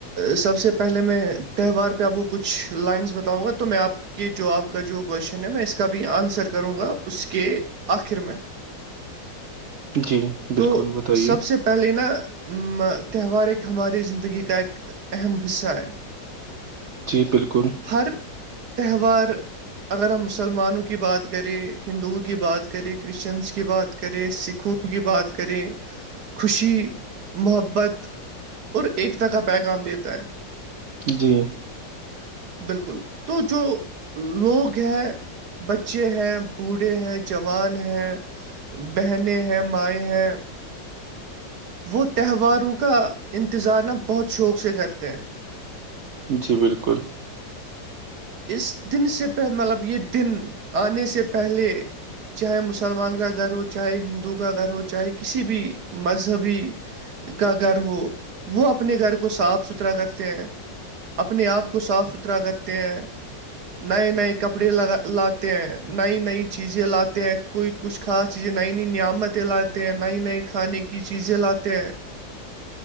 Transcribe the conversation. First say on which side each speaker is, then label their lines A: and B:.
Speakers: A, on the right; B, on the right.
A: سب سے پہلے میں تہوار پہ آپ کو کچھ لائنس بتاؤں گا تو میں آپ کہ جو آپ کا جو کوشچن ہے میں اس کا بھی آنسر کروں گا اس کے آخر میں
B: جی بالکل
A: تو
B: بتائیے
A: سب سے پہ پہلے نا تہوار ایک ہماری زندگی کا ایک اہم حصہ ہے
B: جی بالکل
A: ہر تہوار اگر ہم مسلمانوں کی بات کریں ہندوؤں کی بات کریں کرسچنس کی بات کریں سکھوں کی بات کریں خوشی محبت اور ایکتا کا پیغام دیتا ہے
B: جی
A: بالکل تو جو لوگ ہیں بچے ہیں بوڑھے ہیں جوان ہیں بہنیں ہیں مائیں ہیں وہ تہواروں کا انتظار ن بہت شوق سے کرتے ہیں
B: جی بالکل
A: اس دن سے پہ مطلب یہ دن آنے سے پہلے چاہے مسلمان کا گھر ہو چاہے ہندو کا گھر ہو چاہے کسی بھی مذہبی کا گھر ہو وہ اپنے گھر کو صاف ستھرا کرتے ہیں اپنے آپ کو صاف ستھرا رتے ہیں نئے نئے کپڑے ل لاتے ہیں نئی نئی چیزیں لاتے ہیں کوئی کچھ خاص چیزیں نئی نئی نعمتیں لاتے ہیں نئی نئی کھانے کی چیزیں لاتے ہیں
B: <inaudible>